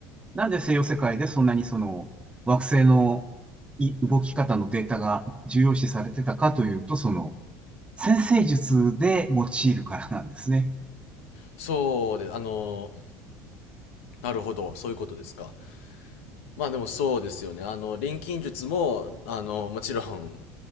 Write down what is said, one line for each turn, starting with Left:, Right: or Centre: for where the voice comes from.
Right: なんで西洋世界でそんなにその惑星のい動き方のデータが重要視されてたかというと、その先生術で用いるからなんですね。
Left: そうで、あの、なるほど、そういうことですか。まあでもそうですよね。あの、錬金術も、あの、もちろん、